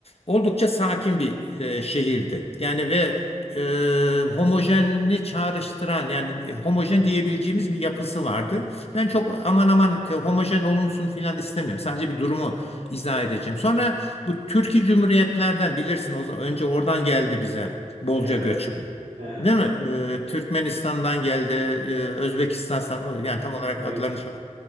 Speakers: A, on the left (about 50°); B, on the right (about 85°).
A: oldukça sakin bir e, şehirdi. Yani ve e, homojenini çağrıştıran yani homojen diyebileceğimiz bir yapısı vardı. Ben çok aman aman te- homojen olunsun filan istemiyorum. Sadece bir durumu izah edeceğim. Sonra bu Türkiye Cumhuriyetlerden bilirsin o zaman, önce oradan geldi bize bolca
B: Evet.
A: göçmen.
B: Evet. Hı hı.
A: Değil mi? E, Türkmenistan'dan geldi, e, Özbekistan'dan o- yani tam olarak
B: Evet.
A: adlarını şu an